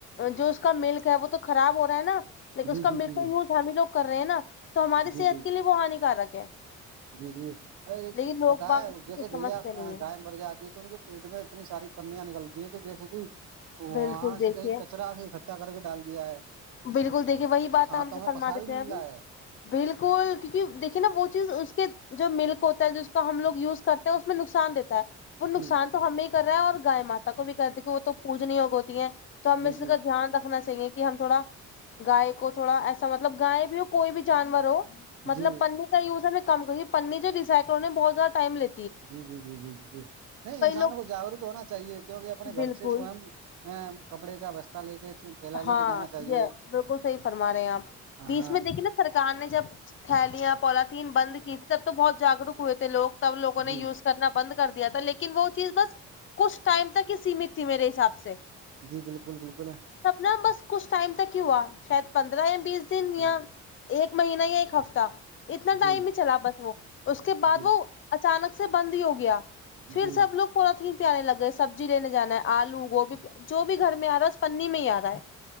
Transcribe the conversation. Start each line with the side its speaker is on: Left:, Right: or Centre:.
Left: جو اس کا ملک ہے وہ تو خراب ہو رہا ہے نا لیکن
Right: جی
Left: اس کا
Right: جی
Left: ملک
Right: جی
Left: کا یوز ہم ہی لوگ کر رہے ہیں نا تو ہماری
Right: جی
Left: صحت
Right: جی
Left: کے لیے وہ ہانیکارک ہے
Right: جی جی ار
Left: لیکن لوگ
Right: پتا
Left: باگ
Right: ہے جیسے
Left: کچھ سمجھتے
Right: گھیا
Left: نہیں ہیں
Right: گائے مر جاتی ہے تو ان کے پیٹ میں اتنی ساری پنیاں نکلتی ہیں کہ جیسے کہ وہاں
Left: بالکل دیکھیے
Right: سے کہیں کچرا سے اھا کر کے ڈال دیا ہے
Left: بالکل دیکھیے وہی بات
Right: ہاں
Left: ہم
Right: تو
Left: سے
Right: ہمیں
Left: فرما
Right: پسا
Left: دیتے
Right: بھی
Left: ہیں
Right: مل
Left: ابھی
Right: رہا ہے
Left: بالکل کیونکہ دیکھیے نا وہ چیز اس کے جو ملک ہوتا ہے جس کا ہم لوگ یوز کرتے ہیں اس میں نقصان دیتا ہے وہ نقصان
Right: جی
Left: تو ہمیں ہی کر رہا ہے اور گائے مات کو بھی کرتی کی وہ تو پوجنی ہوگ ہوتی ہیں تو ہم
Right: جی
Left: اس
Right: جی
Left: کا دھیان رکھنا چاہیے کہ ہم تھوڑا گائے کو تھوڑا ایسا مطلب گائے بھی ہو کوئی بھی جانور ہو
Right: جی
Left: مطلب پنی ز ہم میں کم کری پنینے جو ڈیائ کروں نے بہت زیادہ ائم لی
Right: جی جی جی جی جی جی نہیں انسانوں
Left: لوگ
Right: کو جاگروک ہونا چاہیے کیونکہ اپنے
Left: بالکل
Right: گھر سے سو ہ کپڑے کا وسہ لے کے تھیلا
Left: ہاں
Right: لے کے جانا چاہیے
Left: یہ بالکل صحیح فرما رہے ہیں آپ بیچ
Right: ہاں
Left: میں دیکھیے نا سرار نے جب تھیلیاں پولاتھیین بند کی تھی تب تو بہت جاگروک ہوئے تھے لوگ سب لگوں
Right: جی
Left: نے یز کرنا بند کر دیا تھا لیکن وہ چیز بس کچھ ٹائم تک ہی سیمت تھی میرے حساب سے
Right: جی بالکل بالکل ہے
Left: نہ بس کچھ ٹائم تک ہی ہوا شاید پندرہ یا بیس دن
Right: جی
Left: یا ایک مہینہ یا ایک ہفتہ اتنا ٹائم
Right: جی
Left: ہی چلا بس وہ اس کے بعد
Right: جی
Left: وہ اچانک سے بند ہی ہو گیا پھر
Right: جی
Left: سب لوگ پورا تھیین پی آنے لگے سبزی لینے جانا ہے آلو گوبھی جو بھی گھر میں آ رہا ہے پنی میں ہی آ رہا ہے